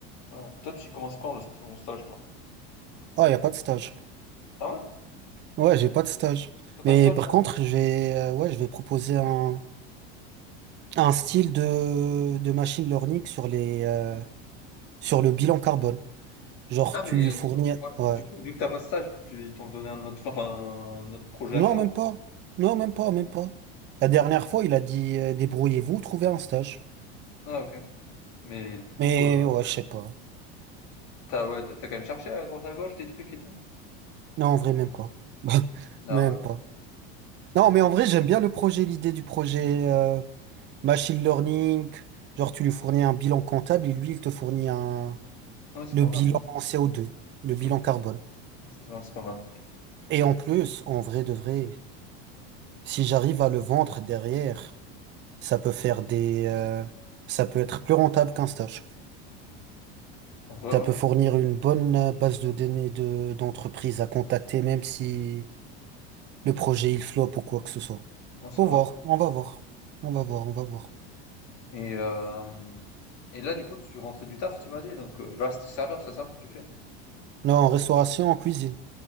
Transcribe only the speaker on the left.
Ouais. Toi, tu commences quand le st ton stage, toi?
Ah ouais?
t'as pas
de stage
pour
moi
Ah
mais
ouais,
du coup, vu que t'as pas de stage, tu ils t'ont donné un autre enfin, un autre projet
à faire
ou quoi?
Ah OK. Mais du coup,
heu,
tu ouais, t'as as quand même cherché à droite à gauche des trucs et tout?
Ah
ouais,
ok.
ouais, c'est
pas
mal, hein.
Mmh.
Ah ça, c'est c'est pas mal.
En vrai,
ouais,
hein.
Non, c'est
vrai.
Et, hem et là, du coup, tu rentrais du taf, tu m'as dit, donc heu, là, c'était serveur, c'est ça, tu fais?